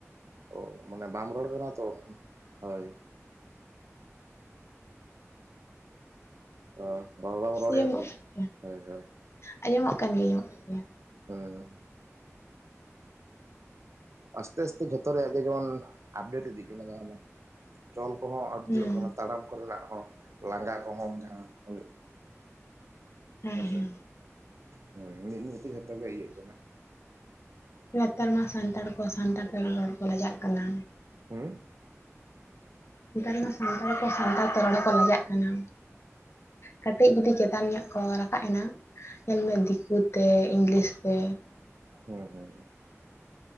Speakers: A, on the right; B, on the left.
A: ᱚ ᱢᱟᱱᱮ ᱵᱟᱢ ᱨᱚᱲ ᱠᱟᱱᱟ ᱛᱚ ᱦᱳᱭ ᱛᱚ ᱨᱚᱲ ᱵᱟᱝ ᱨᱚᱲ
B: ᱟᱸᱡᱚᱢᱚᱜ
A: ᱮᱭᱟ ᱛᱚ
B: ᱠᱟᱱ ᱜᱮᱭᱟ
A: ᱦᱳᱭ ᱦᱳᱭ
B: ᱟᱸᱡᱚᱢᱚᱜ ᱠᱟᱱ ᱜᱮᱭᱟ ᱟᱸᱡᱚᱢᱚᱜ ᱠᱟᱱ ᱜᱮᱭᱟ
A: ᱦᱮᱸ ᱟᱥᱛᱮ ᱟᱥᱛᱮ ᱡᱷᱚᱛᱚ ᱨᱮᱭᱟᱜ ᱜᱮ ᱡᱮᱢᱚᱱ ᱟᱯᱰᱮᱴ ᱤᱫᱤᱜ ᱠᱟᱱᱟ ᱡᱟᱦᱟᱸ ᱫᱚ ᱪᱚᱞ ᱠᱚᱦᱚᱸ ᱟᱫ ᱩᱛᱟᱹᱨᱚᱜ
B: ᱦᱩᱸ
A: ᱠᱟᱱᱟ ᱛᱟᱲᱟᱢ ᱠᱚᱨᱮᱱᱟᱜ ᱦᱚᱸ ᱞᱟᱸᱜᱟ ᱠᱚᱦᱚᱢ ᱡᱟᱦᱟᱸ ᱦᱩᱭᱩᱜ
B: ᱦᱮᱸ
A: ᱦᱮᱸᱥᱮ
B: ᱦᱮᱸ
A: ᱦᱮᱸ ᱢᱤᱫ ᱢᱤᱫᱴᱮᱡ ᱡᱚᱛᱚ ᱜᱮ ᱤᱭᱟᱹᱜ ᱠᱟᱱᱟ
B: ᱱᱮᱛᱟᱨ ᱢᱟ ᱥᱟᱱᱛᱟᱲ ᱠᱚ ᱥᱟᱱᱛᱟᱲ ᱛᱮ ᱨᱚᱲ ᱠᱚ ᱞᱟᱡᱟᱜ ᱠᱟᱱᱟ᱾
A: ᱦᱩᱸ
B: ᱱᱮᱛᱟᱨ ᱢᱟ ᱥᱟᱱᱛᱟᱲ ᱠᱚ ᱥᱟᱱᱛᱟᱲ ᱛᱮ ᱨᱚᱲ ᱦᱚᱸᱠᱚ ᱞᱟᱡᱟᱜ ᱠᱟᱱᱟ᱾ ᱠᱟᱹᱴᱤᱡ ᱡᱩᱫᱤ ᱪᱮᱛᱟᱱ ᱧᱚᱜ ᱠᱚ ᱨᱟᱠᱟᱵ ᱮᱱᱟ ᱧᱮᱞᱢᱮ ᱫᱤᱠᱩ ᱛᱮ ᱤᱝᱞᱤᱥ ᱛᱮ
A: ᱦᱮᱸ ᱦᱮᱸ ᱦᱮᱸ